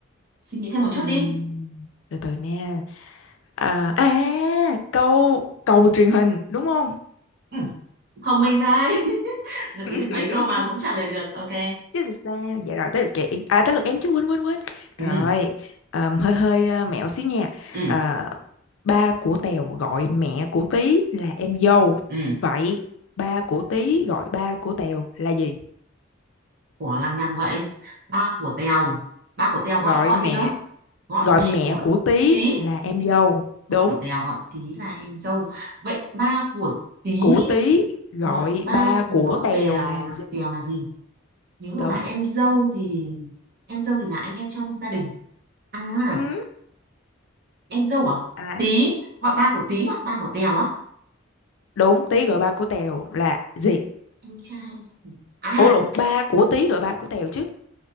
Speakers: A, on the right; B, on the left.
A: Suy nghĩ thêm một
B: Ừm,
A: chút đi.
B: từ từ nha à, à câu cầu truyền hình đúng không
A: Ừ. thông minh đấy <laughs> gợi
B: <laughs>
A: ý được mấy câu mà cũng trả lời được ok
B: chứ làm sao dạ rồi tới lượt chị à tới lượt em chứ quên quên quên
A: ừ
B: rồi ờm, hơi hơi ờ, mẹo xíu nha
A: ừ
B: Ờ, ba của Tèo gọi mẹ của Tí là em dâu
A: ừ
B: vậy ba của Tí gọi ba của Tèo là gì
A: của lằng nhằng vậy ba của Tèo ba của Tèo
B: gọi
A: gọi gọi
B: mẹ
A: gì cơ gọi
B: gọi
A: mẹ
B: mẹ
A: của
B: của Tí
A: Tí
B: là em dâu
A: ba
B: đúng
A: của Tèo gọi Tí là em dâu vậy ba của Tí
B: của Tí gọi
A: gọi ba
B: ba của
A: của
B: Tèo
A: Bèo
B: là gì
A: Tèo là gì nếu mà
B: đúng
A: là em dâu thì em dâu thì là anh em trong gia đình à
B: ừ.
A: em dâu à
B: à
A: Tí gọi ba của Tí gọi ba của Tèo á
B: đúng Tí gọi ba của Tèo là gì
A: em trai à
B: ủa lộn ba của Tí gọi ba của Tèo chứ